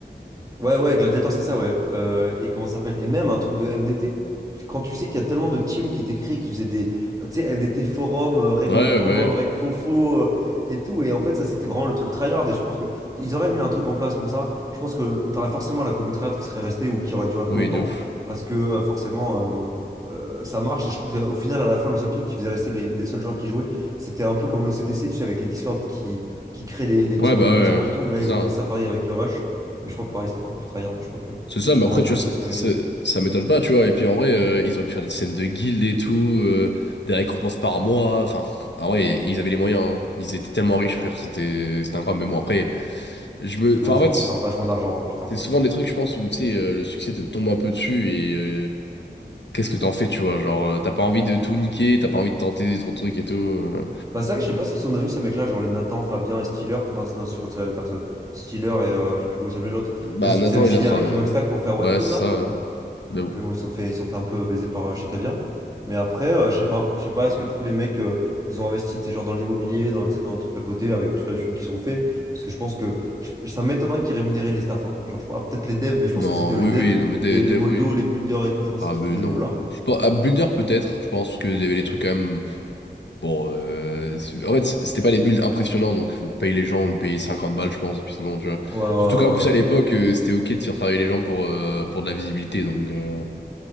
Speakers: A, on the right; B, on the left.
A: Ouais, ouais, Gladiator, c'est ça, ouais. Euh, et comment ça s'appelle? Et même un truc de MDT. tu- Quand tu sais qu'il y a tellement de teams qui étaient créés qui faisaient des. euh, Tu sais, MDT Forum, euh, règle
B: Ouais,
A: Forum,
B: ouais,
A: règle faux faux, euh, et tout. Et en fait, ça, c'était vraiment le truc tryhard. Et je pense que ils auraient mis un truc en place comme ça. Je pense que t'aurais forcément la commu tryhard qui serait restée ou qui aurait duré plus
B: oui,
A: longtemps.
B: de ouf.
A: Parce que euh, forcément, euh, euh, ça marche. Et je crois que, au final, à la fin, le seul truc qui faisait rester les, les seuls joueurs qui jouaient, c'était un peu comme l'OCTC, tu sais, avec les Discord qui, qui créent les, les
B: Ouais,
A: teams
B: bah
A: automatiquement
B: ouais,
A: et tout. Et là,
B: c'est
A: ils
B: ça,
A: ont
B: hein.
A: fait ça pareil avec le Rush. Mais je crois que pareil, c'était encore plus tryhard. Je crois que
B: C'est ça, mais
A: vraiment,
B: après,
A: t'avais,
B: tu vois, c'est-
A: t'avais...
B: c'est- ça m'étonne pas, tu vois. Et puis en vrai, euh, ils auraient pu faire des scènes de guilde et tout, euh, des récompenses par mois. Enfin, ah ouais, ils avaient les moyens. hein. Ils étaient tellement riches, frère, c'était c'était incroyable. Mais bon, après, je me. Enfin,
A: Ah, ils
B: en fait,
A: ont dû se faire vachement d'argent, hein, putain.
B: c'est souvent des trucs, je pense, où tu sais, euh, le succès te tombe un peu dessus et euh, qu'est-ce que t'en fais, tu vois. Genre, euh, t'as pas envie de tout niquer, t'as pas envie de tenter trop de trucs et tout. euh.
A: Bah, c'est vrai que je sais pas ce qu'ils sont devenus, ces mecs-là, genre les Nathan, Fabien et Steeler. Enfin, c'est- non, je crois que c'est la même personne. Steeler et euh, je sais plus comment il s'appelait l'autre.
B: Bah,
A: Je sais
B: Nathan,
A: qu'ils avaient
B: il
A: signé
B: a. tra-
A: avec
B: euh,
A: Inox pour faire One
B: Ouais,
A: Cube,
B: c'est
A: là.
B: ça, ouais. Mais bon.
A: Mais bon, ils se sont fait, ils se sont fait un peu baiser par euh, chez Cavia. Mais après, euh, je sais pas. Je sais pas, est-ce que du coup, les mecs, euh, ils ont investi, c'est genre dans l'immobilier, dans, tu sais, dans le truc à côté, avec toute la thune qu'ils ont fait. Parce que je pense que je- ça m'étonnerait qu'ils rémunéraient les staffs. hein. Genre, je- ah, peut-être les devs, mais je pense
B: Non,
A: que c'était eux les
B: oui,
A: devs.
B: oui, non, mais Dev,
A: Mais les
B: Dev,
A: modos,
B: oui.
A: les builders et tout, je pense
B: Ah
A: que c'était
B: mais
A: full bénévolat.
B: non, euh, je pense à Builder peut-être, je pense que y avait les trucs quand même bon euh, c'est- en fait c'était pas les builds impressionnants donc faut payer les gens, ils payaient 50 balles je pense et puis c'est bon tu vois.
A: Ouais,
B: Surtout qu'en plus
A: ouais,
B: à l'époque euh, c'était OK de faire travailler les gens pour euh, pour de la visibilité donc euh,